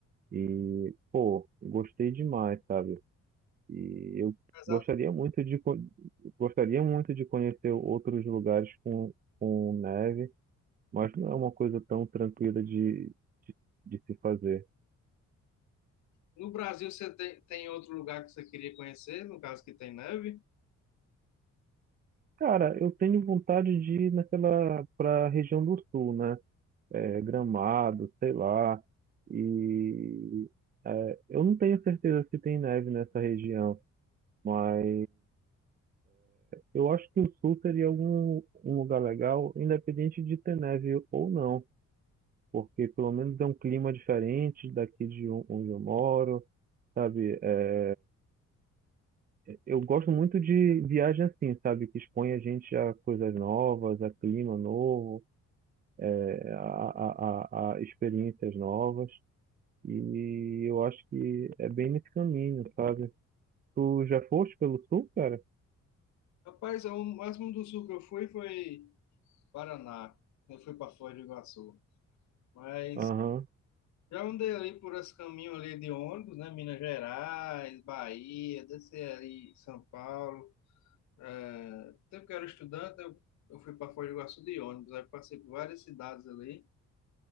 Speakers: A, on the right (about 30°); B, on the left (about 70°).
A: E, pô, gostei demais, sabe? E eu
B: Apesar-
A: gostaria muito de, con- gostaria muito de conhecer outros lugares com, com neve, mas não é uma coisa tão tranquila de, de, de se fazer.
B: No Brasil, você tem, tem outro lugar que você queria conhecer, no caso que tem neve?
A: Cara, eu tenho vontade de ir naquela para região do sul, né? É, Gramado, sei lá. E é, eu não tenho certeza se tem neve nessa região, mas eu acho que o sul seria algum um lugar legal, independente de ter neve ou não, porque pelo menos é um clima diferente daqui de on- onde eu moro, sabe? É, eu gosto muito de viagem assim, sabe? Que expõe a gente a coisas novas, a clima novo. é, a, a, a, a experiências novas. E eu acho que é bem nesse caminho, sabe? Tu já foste pelo sul, cara?
B: Rapaz, o máximo do sul que eu fui foi Paraná. Eu fui para Foz do Iguaçu. Mas
A: Aham.
B: já andei ali por esse caminho ali de ônibus, né? Minas Gerais, Bahia, desci ali em São Paulo. É, tempo que eu era estudante, eu, eu fui para Foz do Iguaçu de ônibus. Aí passei por várias cidades ali.